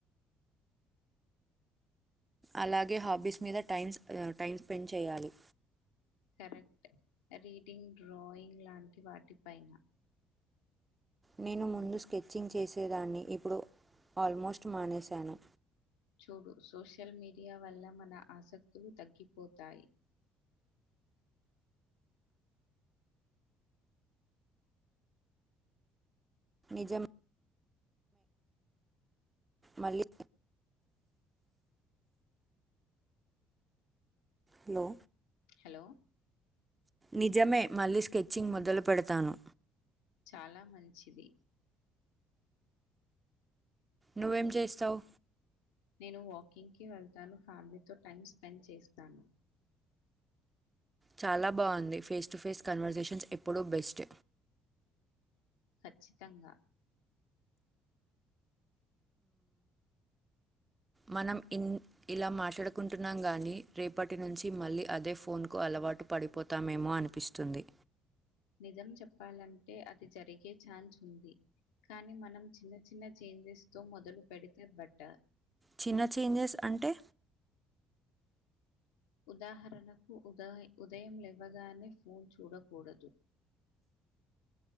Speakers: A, on the right; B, on the left.
A: అలాగే హాబీస్ మీద టై టైం స్పెండ్ చేయాలి
B: కరెక్ట్ రీడింగ్ డ్రాయింగ్ లాంటి వాటి పైన
A: నేను ముందు స్కెచింగ్ చేసేదాన్ని ఇప్పుడు ఆల్మోస్ట్ మానేశాను
B: చూడు సోషల్ మీడియా వల్ల మన ఆసక్తులు తగ్గిపోతాయి
A: నిజమే మళ్ళీ హలో
B: హలో
A: నిజమే మళ్ళీ స్కెచ్చింగ్ మొదలు పెడతాను
B: చాలా మంచిది
A: నువ్వేం చేస్తావు
B: నేను వాకింగ్కిి వెళ్తాను ఫ్యామిలీతో టైమ్ స్పెండ్ చేస్తాను
A: చాలా బాగుంది ఫేస్ టు ఫేస్ కన్వర్సేషన్ ఎప్పుడు బెస్ట్
B: ఖచ్చితంగా
A: మనం ఇలా మాట్లాడుకుంటున్నాం గానీ రేపటి నుంచి మళ్ళీ అదే ఫోన్కు అలవాటు పడిపోతామేమో అనిపిస్తుంది
B: నిజం చెప్పాలంటే అది జరిగే ఛాన్స్ ఉంది కానీ మనం చిన్న చిన్న చేంజెస్ తో మొదలు పెడితే బట్ట
A: చిన్న చేంజెస్ అంటే
B: ఉదాహరణకు ఉదయం లేవ్వగానే ఫోన్ చూడకూడదు